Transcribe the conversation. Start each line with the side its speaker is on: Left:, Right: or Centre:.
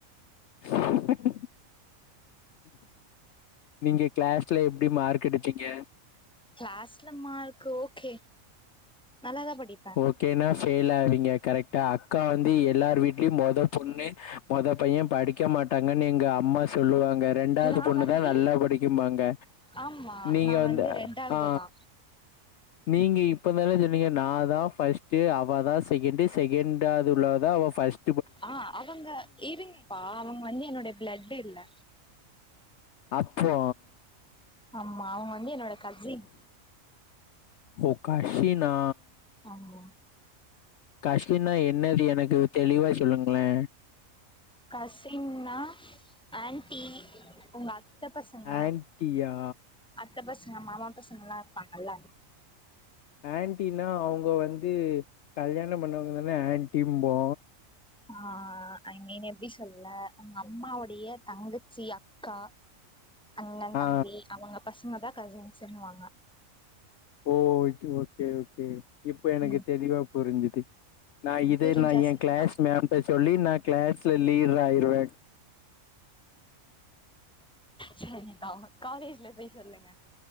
Left: <inaudible> நீங்க கிளாஸ்ல எப்டி மார்க் எடுப்பீங்க
Centre: கிளாஸ்ல மார்க்கு ஓகே நல்லாதா படிப்
Left: ஓகேனா பெய்ல் ஆவீங்க கரெக்டா அக்கா வந்து எல்லார் வீட்லயு மொத பொண்ணு மொத பையன் படிக்க மாட்டாங்கன்னு எங்க அம்மா சொல்லு வாங் க ரெண்டாவது
Centre: நா
Left: பொண்ணுதா
Centre: வந்து
Left: நல்லா படிக்கு பாங்க
Centre: ஆமா
Left: நீங்க
Centre: நா
Left: வந்து
Centre: ரெண்டாவது
Left: ஆ
Centre: தா
Left: நீங்க இப்ப தானே சொன்னீங்க நா தா ஃபஸ்ட்டு அவ தா செகண்ட் செகண்ட்டாது உள்ளதா அவ ஃபஸ்ட்
Centre: ஆ அவுங்க இருங் பா அவுங்க வந்து என்னோட பிளட் இல்ல
Left: அப்போ
Centre: ஆமா அவுங்க வந்து என்னோட கசின்
Left: ஓ கசினா
Centre: ஆமா
Left: கசின்னா என்னது எனக்கு தெளிவா சொல்லுங்களே
Centre: கசின்னா ஆன்ட்டி உங்க அத்த பசங்க
Left: ஆன்ட்டியா
Centre: அத்த பசங்க மாமா பசங்க எல்லா இருப்பாங்கல்ல
Left: ஆன்ட்டினா அவுங்க வந்து கல்யாண பண்ண வாங்க தானே ஆன்ட்டி இம் போ
Centre: ஆ ஐமின் எப்புடி சொல்ல உங்க அம்மாவுடைய தங்கச்சி அக்கா அண்ணன்
Left: ஆ
Centre: தம்பி அவுங்க பசங்க தா கசின்ஸ்ன்னு வாங்க
Left: ஓ ஓகே ஓகே ஓகே இப்ப எனக்கு
Centre: ம்
Left: தெளிவா புரிஞ்சுது நா இத
Centre: புரிஞ்சா
Left: நா என்
Centre: சரிதா
Left: கிளாஸ் மேம் கிட்ட சொல்லி நா கிளாஸ்லா லீடர் ஆயிருவே
Centre: சரிக்கா காலேஜ்ல போய் சொல்லுங்க